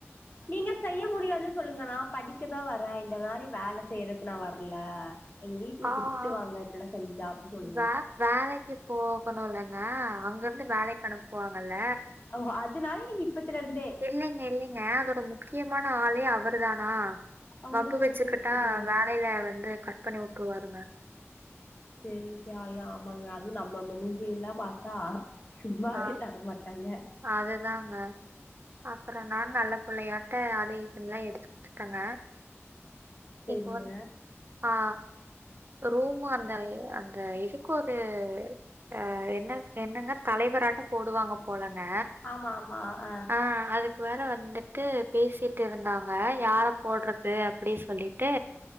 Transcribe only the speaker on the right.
ஆ
ஆ
வே வேலைக்கு போகணுலங்க அங்க இருந்து வேலைக்கு அனுப்புவாங்கல
இல்லைங்க இல்லைங்க அதோட முக்கியமான ஆளே அவரு தானா
வம்பு வெச்சிக்கிட்டா
வேலையில வந்து கட் பண்ணி வுட்ருவாருங்க
ஆ
அதுதாங்க அப்புறோ நான் நல்ல புள்ளையாட்ட அது இதுன்லா எடுத்து குடுத்தங்க
இப்ப வந் ஆ ரூமு அந்த அ அந்த எதுக்கோ அது அ என்ன என்னங்க தலைவராட்ட போடுவாங்க போலங்க
ஆ அதுக்கு வேறு வந்துட்டு பேசிட்டு இருந்தாங்க யார போட்றது அப்படி சொல்லிட்டு